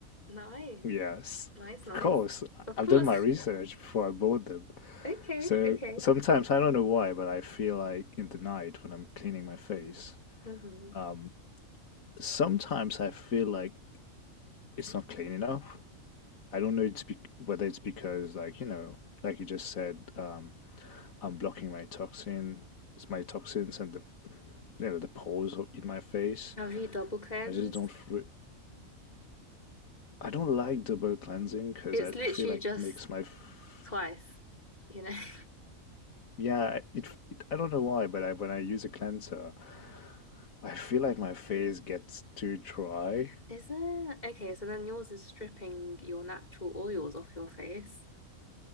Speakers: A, on the left; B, on the left.
A: Nice,
B: Yes,
A: nice,
B: of
A: nice.
B: course. I-
A: Of course.
B: have done my research
A: <laughs>
B: before I bought them.
A: Okay,
B: So
A: okay.
B: sometimes, I don't know why, but I feel like in the night when I'm cleaning my face,
A: hmm
B: um, sometimes I feel like it's not clean enough. I don't know it's be whether it's because, like, you know, like you just said, um, I'm blocking my toxin, my toxins and the, you know, the pores of- in my face.
A: Have you double cleansed?
B: I just don't, re- I don't like double cleansing because
A: It's
B: I,
A: literally
B: I feel like
A: just
B: it makes my f-
A: twice, you know?
B: Yeah, it, it I don't know why, but I when I use a cleanser, I feel like my face gets too dry.
A: Is there? Okay, so then yours is stripping your natural oils off your face.